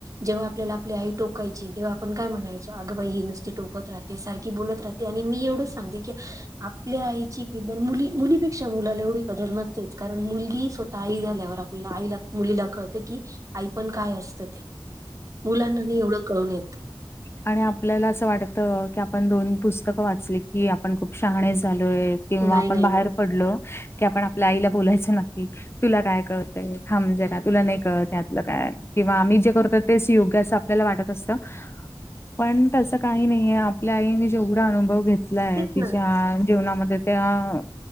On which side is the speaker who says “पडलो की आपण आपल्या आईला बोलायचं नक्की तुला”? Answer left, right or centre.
Left